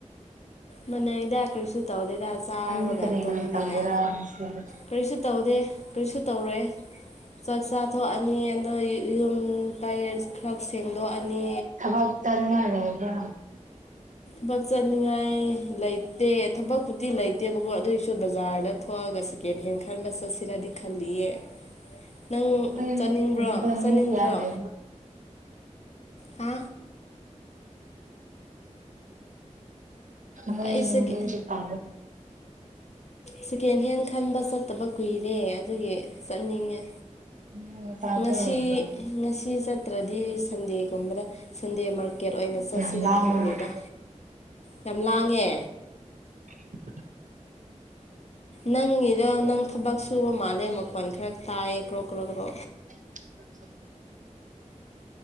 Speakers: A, on the left; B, on the right.
A: ꯃꯅꯩꯗ ꯀꯔꯤꯁꯨ ꯇꯧꯗꯦ ꯆꯥꯕꯒ
B: ꯅꯪꯗꯤ ꯀꯔꯤ
A: ꯇꯨꯝꯕꯒ
B: ꯀꯔꯤ ꯇꯧꯒꯦꯔꯥ ꯉꯁꯤꯗꯤ
A: ꯀꯔꯤꯁꯨ ꯇꯧꯗꯦ ꯀꯔꯤꯁꯨ ꯇꯧꯔꯦꯏ ꯆꯥꯛ ꯆꯥ ꯑꯅꯤ ꯑꯗꯣ ꯌꯨꯝ ꯇꯔꯠ ꯈꯔ ꯁꯦꯡꯗꯣꯛꯑꯅꯤ
B: ꯑꯐꯛ ꯆꯠꯅꯤꯉꯥꯏ ꯂꯩꯕ꯭ꯔ
A: ꯛ ꯆꯠꯅꯤꯡꯉꯥꯏ ꯂꯩꯇꯦ ꯊꯕꯛꯄꯨꯗꯤ ꯂꯩꯇꯦꯕꯀꯣ ꯑꯗꯨꯑꯣꯏꯁꯨ ꯕꯖꯥꯔꯗ ꯊꯣꯛꯑꯒ ꯁꯤ ꯀꯦꯟꯍꯦꯟ ꯈꯟꯕ ꯆꯠꯁꯤꯔꯗꯤ ꯈꯜꯂꯤꯌꯦ ꯅꯪ
B: ꯑ
A: ꯆꯠꯅꯤꯡꯕ꯭ꯔꯣ
B: ꯑꯗꯨꯗ
A: ꯆꯠꯅꯤꯡꯗ꯭ꯔꯣ
B: ꯀꯌꯥ
A: ꯍꯥ
B: ꯍꯣꯏꯗꯁꯨ
A: ꯑꯩ ꯁꯦꯀꯦ
B: ꯄꯥ
A: ꯁꯦꯀꯦꯟ ꯍꯦꯟ ꯈꯟꯕ ꯆꯠꯇꯕ ꯀꯨꯏꯔꯦ ꯑꯗꯨꯒꯤ ꯆꯠꯅꯤꯡꯉꯦ
B: ꯅꯣꯏ ꯅꯆꯥꯈꯣꯏ
A: ꯉꯁꯤ
B: ꯂꯩꯕ꯭ꯔꯥ
A: ꯉꯁꯤ ꯆꯠꯇ꯭ꯔꯗꯤ ꯁꯟꯗꯦꯒꯨꯝꯕꯗ ꯁꯟꯗꯦ ꯃꯥꯔꯀꯦꯠ ꯑꯣꯏꯅ ꯆꯠꯁꯤꯔ
B: ꯌꯥꯝ ꯂꯥꯡꯕ꯭ꯔꯣ
A: ꯈꯪꯗꯦꯗ ꯌꯥꯝ ꯂꯥꯡꯉꯦ
B: <unintelligible>
A: ꯅꯪꯒꯤꯗ ꯅꯪ ꯊꯕꯛ ꯁꯨꯕ ꯃꯥꯜꯂꯦ ꯃꯈꯣꯟ ꯈꯔ ꯇꯥꯏꯌꯦ ꯀ꯭ꯔꯣ ꯀ꯭ꯔꯣ ꯀ꯭ꯔꯣ
B: <unintelligible>